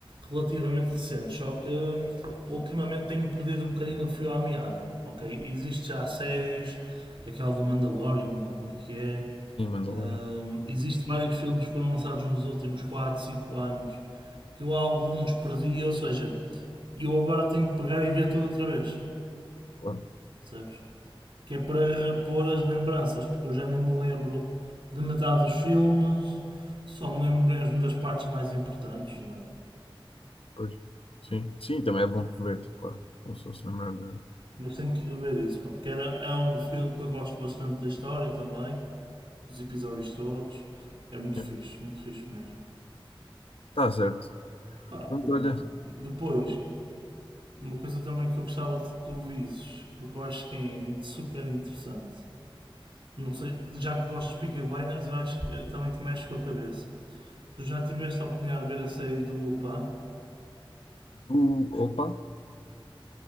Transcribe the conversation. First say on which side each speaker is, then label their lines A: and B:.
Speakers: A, on the right; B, on the left.
A: relativamente recentes, só que hum, ultimamente tenho perdido um bocadinho o fio à meada, ok? Existem já séries, aquela do Mandalorian, ou como é que é,
B: Sim, Mandalorian.
A: hum, existe vários filmes que foram lançados nos últimos 4, 5 anos, que eu alguns perdi, ou seja, eu agora tenho que pegar e ver tudo outra vez,
B: claro.
A: sabes? que é para repor as lembranças, porque eu já nem me lembro de metade dos filmes, só me lembro mesmo das partes mais importantes, né?
B: Pois. Sim, sim, também é bom rever-te, claro. Como se fosse lembrar de.
A: mas tenho que rever isso, pá, porque era, é um filme que eu gosto bastante da história também, dos episódios todos, é muito
B: É.
A: fixe, muito fixe mesmo.
B: Tá certo.
A: Pá,
B: Pronto,
A: pronto.
B: olha.
A: E depois, uma coisa também que eu gostava de que tu visses, porque eu acho que é super interessante, não sei, já que gostas de Peaky Blinders, eu acho que também te mexe com a cabeça. Tu já tiveste a oportunidade de ver a série do Lupin?
B: Do... Opa,